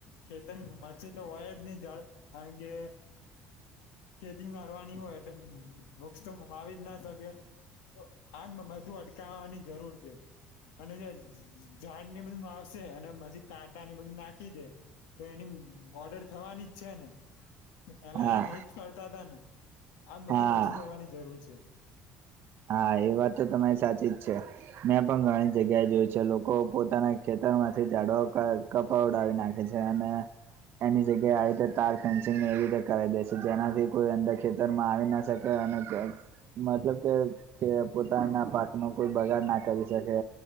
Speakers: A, on the left; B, on the right.
A: ખેતર વચ્ચે તો હોય જ નહીં ઝાડ કારણ કે ખેતી વારવાની હોય એટલે વૃક્ષ તો વાવી જ ના શકે. તો આમ બધું અટકાવવાની જરૂર છે. અને જે ઝાડને બધું વાવશે અને પછી કાંટાને એ બધું નાખી દે. તો એની બોર્ડર થવાની જ છે ને પેલા
B: હા
A: એને એજ કરતાં તાં ને. આમ
B: હા
A: બધું ઓછું કરવાની જરૂર છે.
B: હા એ વાત તો તમારી સાચી જ છે. મેં પણ ઘણી જગ્યાએ જોયું છે લોકો પોતાનાં ખેતરમાંથી ઝાડવાઓ કા કપાવડાવી નાખે છે અને એની જગ્યાએ આવી રીતે તાર ફેન્સિંગને એવી રીતે કરાવી દે છે જેનાથી કોઈ અંદર ખેતરમાં આવી ના શ કે મતલબ કે કે પોતાનાં પાકનો કોઈ બગાડ ના કરી શકે.